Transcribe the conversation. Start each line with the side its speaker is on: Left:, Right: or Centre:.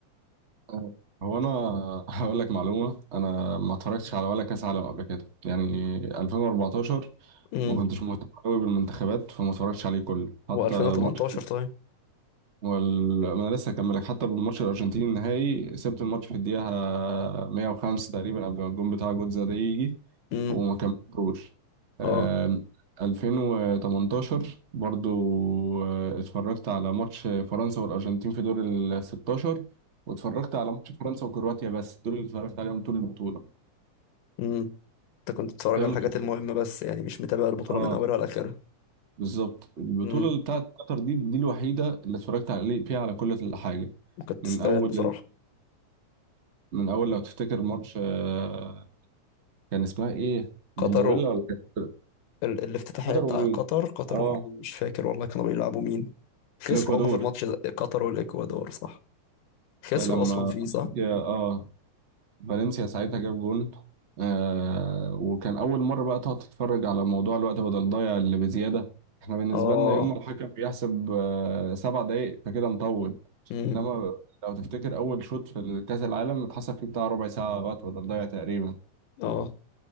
Right: آه، هو انا <laughs> هقول لك معلومه انا ما اتفرجتش على ولا كاس عالم قبل كده يعني 2014
Left: امم
Right: ما كنتش مهتم قوي بالمنتخبات فما اتفرجتش عليه كله حتى
Left: و2018
Right: ماتش
Left: طيب
Right: وال... ما انا لسه هكملك حتى بالماتش الارجنتيني النهائي سبت الماتش في الدقيقه 105 تقريبا قبل ما الجون بتاع جوتزا ده يجي
Left: امم
Right: وما كملتوش آم،
Left: اه
Right: 2018 برضو آه، اتفرجت على ماتش فرنسا والارجنتين في دور ال 16 واتفرجت على ماتش فرنسا وكرواتيا بس دول اللي اتفرجت عليهم طول البطوله
Left: اه انت كنت بتتفرج
Right: فهمت
Left: على الحاجات المهمة بس يعني مش متابع البطولة
Right: اه
Left: من أولها لآخرها
Right: بالظبط البطوله
Left: امم
Right: اللي بتاعت قطر دي دي الوحيده اللي اتفرجت عليه فيها على كل حاجه
Left: وكانت
Right: من
Left: تستاهل
Right: اول
Left: بصراحة
Right: من اول لو تفتكر ماتش آه، كان اسمها ايه فنزويلا
Left: قطر و...
Right: ولا كانت
Left: ال... الافتتاحية
Right: قطر
Left: بتاع
Right: ومين
Left: قطر قطر
Right: اه
Left: ومين مش فاكر والله كانوا بيلعبوا مين خسروا
Right: الاكوادور
Left: هما في الماتش ده قطر والإكوادور صح خسروا
Right: لما
Left: أصلا فيه
Right: فالنسيا
Left: صح
Right: اه فالنسيا ساعتها جاب جون آه وكان اول مره بقى تقعد تتفرج على موضوع الوقت بدل ضايع اللي بزياده احنا بالنسبه
Left: اه
Right: لنا يوم ما الحكم بيحسب آه سبع دقايق فكده مطول
Left: امم
Right: لما لو تفتكر اول شوط في كاس العالم اتحسب فيه بتاع ربع ساعه وقت بدل ضايع تقريبا
Left: اه